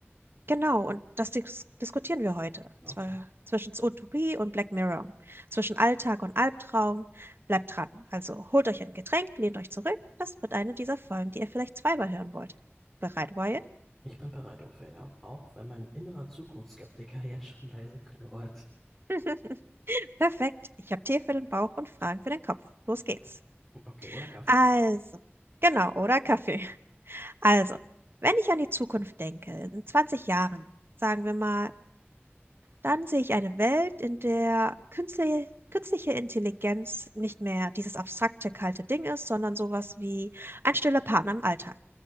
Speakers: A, on the right; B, in the centre.
A: Genau, und das dis diskutieren wir heute.
B: Okay.
A: Zwar zwischen Utopie und Black Mirror, zwischen Alltag und Albtraum. Bleibt dran. Also holt euch ein Getränk, lehnt euch zurück. Das wird eine dieser Folgen, die ihr vielleicht zweimal hören wollt. Bereit, Wyatt?
B: Ich bin bereit, Ophelia. Auch wenn mein innerer Zukunftsskeptiker <laughs> jetzt schon leise knurrt.
A: <laughs> Perfekt. Ich habe Tee für den Bauch und Fragen für den Kopf. Los geht's.
B: Okay, oder Kaffee.
A: Also, genau, oder Kaffee? Also, wenn ich an die Zukunft denke, in 20 Jahren, sagen wir mal, Dann sehe ich eine Welt, in der künstliche, künstliche Intelligenz nicht mehr dieses abstrakte, kalte Ding ist, sondern sowas wie ein stiller Partner im Alltag.